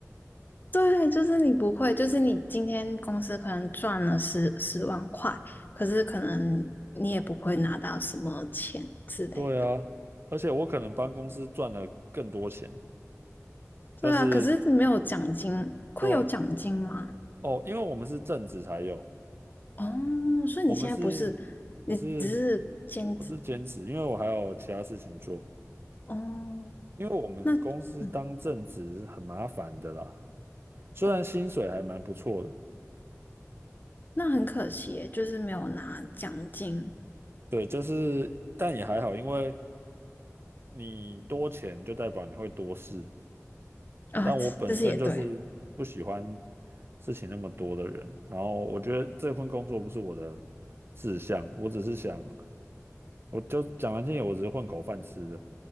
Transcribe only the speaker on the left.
对，就是你不会，就是你今天公司可能赚了十十万块，可是可能你也不会拿到什么钱之类的。
对啊，
可是没有奖金，会有奖金吗？
哦，所以你现在不是，
你只是兼职
哦。
那嗯，
哦，那很可惜耶就是没有拿奖金
啊。
这这是也对，